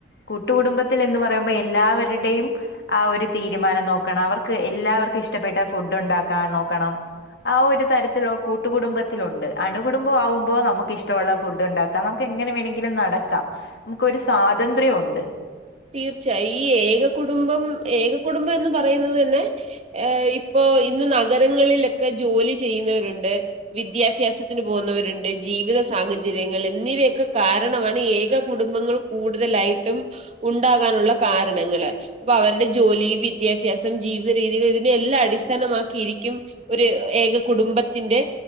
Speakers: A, on the left; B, on the right.
A: കൂട്ടുകടുംബത്തിൽ എന്ന് പറയുമ്പോ എല്ലാവരുടെയും ആ ഒര് തീരുമാനം നോക്കണം അവർക്ക് എല്ലാവർക്കും ഇഷ്ടപ്പെട്ട ഫുഡ് ഉണ്ടാക്കാ നോക്കണം ആ ഒരു തരത്തിലോ കൂട്ടുകടുംബത്തിലുണ്ട് അണു കുടുംബ ആകുമ്പോ നമുക്ക് ഇഷ്ടമുള്ള ഫുഡ് ഉണ്ടാക്കാം നമുക്ക് ഏ എങ്ങനെ വേണെങ്കിലും നടക്കാം നമുക്കരു സ്വാതന്ത്ര്യം ഉണ്ട്
B: തീർച്ചയായും ഈ ഏക കുടുംബം ഏക കുടുംബം എന്ന് പറയുന്നത് തെന്നെ ഇപ്പോ ഓ ഇന്ന് നഗരങ്ങളിലൊക്കെ ജോലി ചെയ്യുന്നവരുണ്ട് വിദ്യാഭ്യാസത്തിന് പോകുന്നവരുണ്ട് ജീ ജീവിത സാഹചര്യങ്ങൾ എന്നിവയൊക്കെ കാരണമാണ് ഏക കുടുംബങ്ങൾ കൂടുതലായിട്ടും. ഉണ്ടാകാനുള്ള കാരണങ്ങള് അപ്പൊ അവരുടെ ജോലി വിദ്യാഭ്യാസം ജീവിത രീതികൾ ഇതിന്റെ എല്ലാടി അടിസ്ഥാനമാക്കിയിരിക്കും ഒരു ഏക കുടുംബത്തിന്റെ